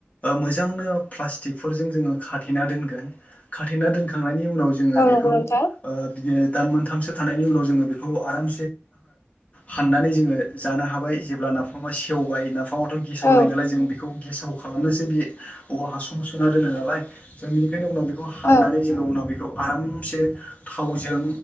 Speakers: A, on the left; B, on the left.
A: मोजांनो प्लास्टिकफोरजों जोङो खाथेना दोनगोन। खाथेना दोनखांनायनि उनाव उनाव जोङो
B: औ
A: बेखौ
B: नंगौ नोंथां
A: बिदिनो दान मोनथामसो थानायनि उनाव जों बेखौ आराम हाननानै जोङो जानो हाबाय जेब्ला नाफामा सेवबाय नाफाम दाथ' गेसाव
B: औ
A: जायो नालाय जों बेखौ गेसाव खालामनोसो बे औवा हासुंआव सोना दोनो नालाय जोंनि बेखायनि उनाव बेखौ हाननानै
B: औ
A: जोङो उनाव बेखौ आरामसे थावजों